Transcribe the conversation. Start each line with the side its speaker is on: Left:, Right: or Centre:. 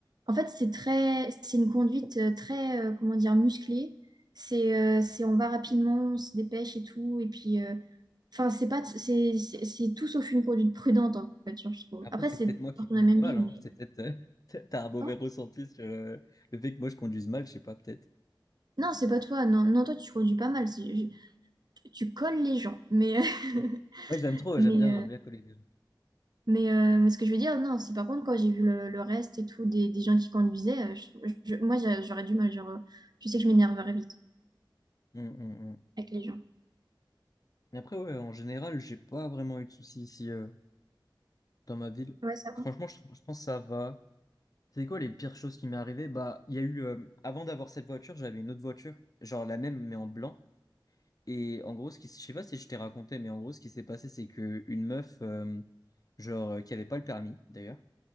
Right: en fait, c'est très, c'est une conduite euh, très, euh, comment dire, musclée. C'est, euh, c'est, on va rapidement, on se dépêche et tout, et puis, euh, enfin, c'est pas, c'est, c'est, c'est tout sauf une conduite prudente en voiture, je trouve.
Left: Après,
Right: Après,
Left: c'est
Right: c'est
Left: peut-être moi qui
Right: dans
Left: conduis
Right: la même
Left: mal,
Right: ville,
Left: hein.
Right: mais.
Left: C'est peut-être euh, <laughs> t'as t'as un mauvais
Right: Oh.
Left: ressenti sur euh, le fait que moi je conduise mal, je sais pas, peut-être.
Right: Non, c'est pas toi. Non, non, toi, tu conduis pas mal. c'est- je- Tu colles les gens, mais. <laughs>
Left: Ouais, Ouais, j'aime trop, ouais,
Right: Mais,
Left: j'aime bien, j'aime
Right: euh,
Left: bien coller les gens.
Right: mais, euh, mais ce que je veux dire, non, c'est par contre, quand j'ai vu le, le reste et tout, des, des gens qui conduisaient, euh, je- je- moi, j'a- j'aurais du mal. Genre, euh, je sais que je m'énerverais vite
Left: Mm, mm, mm.
Right: avec les gens.
Left: Et après, ouais, en général, j'ai pas vraiment eu de soucis ici euh, dans ma ville.
Right: Ouais, ça va.
Left: Franchement, je, trouve- je pense que ça va. C'est quoi les pires choses qui m'est arrivé Bah, il y a eu euh, avant d'avoir cette voiture, j'avais une autre voiture, genre la même mais en blanc. Et en gros, ce qui, s- je sais pas si je t'ai raconté, mais en gros, ce qui s'est passé, c'est que une meuf, euh, genre, euh, qui avait pas le permis d'ailleurs,